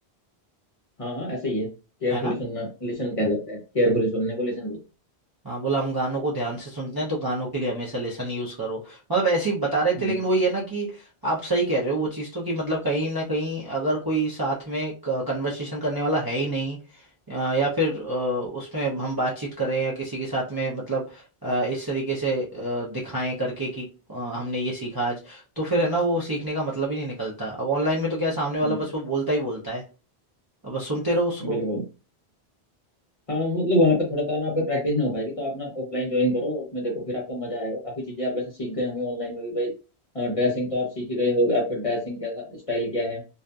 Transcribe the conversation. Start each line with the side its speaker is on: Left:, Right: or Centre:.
Left: हाँ हाँ ऐसा ही है केयरफुली
Right: है ना
Left: सुनना लिसन कहलाता है केयरफुली सुनने को लिसन बोलते
Right: हाँ बोला हम गानों को ध्यान से सुनते हैं तो गानों के लिए हमेशा लेसन यूज करो मतलब ऐसे ही बता रहे
Left: हैं
Right: थे
Left: हम्म
Right: लेकिन वही है ना कि आप सही कह रहे हो वो चीज़ तो कि मतलब कहीं ना कहीं अगर कोई साथ में कन्वर्सेशन करने वाला है ही नहीं अ, या फिर अ, उसमें हम बातचीत करें या किसी के साथ में मतलब अ, इस तरीके से अ, दिखाएं करके कि अ, हमने ये सीखा आज तो फिर है ना वो सीखने का मतलब ही नहीं निकलता अब ऑनलाइन में तो क्या है, सामने वाला
Left: हम्म,
Right: बस वो बोलता ही बोलता है अब बस सुनते रहो उसको
Left: बिल्कुल हाँ मतलब वहाँ पे थोड़ा सा ना आपका प्रैक्टिस नहीं हो पाएगी तो आप ना ऑफलाइन ज्वाइन करो उसमें देखो फिर आपको मजा आएगा काफी चीजें आप वैसे सीख गए होंगे ऑनलाइन में भी भाई ड्रेसिंग तो आप सीख ही गए हो आपका ड्रेसिंग कैसा स्टाइल क्या है